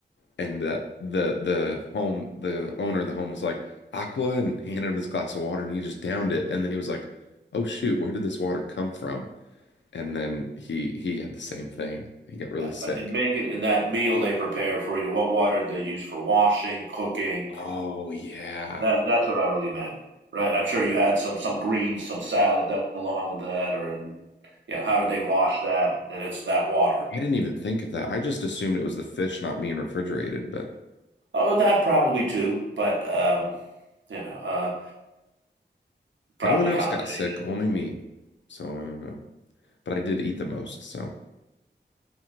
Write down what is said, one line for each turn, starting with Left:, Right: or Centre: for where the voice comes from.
Left: and that the the home the owner of the home was like aqua and handed him this glass of water, and he just downed it. And then he was like, "Oh shoot, where did this water come from?" And then he he had the same thing. He got really sick.
Right: But in making in that meal they prepared for you, what water did they use for washing, cooking,
Left: Oh yeah.
Right: That, that's what I really meant, right? I'm sure you had some some greens, some salad that went along with that, or yeah, how did they wash that? And it's that water.
Left: I didn't even think of that. I just assumed it was the fish not being refrigerated, but
Right: Oh, that probably too, but um, you know, uh, probably
Left: no one else
Right: combination.
Left: got sick, only me. So I don't know. But I did eat the most, so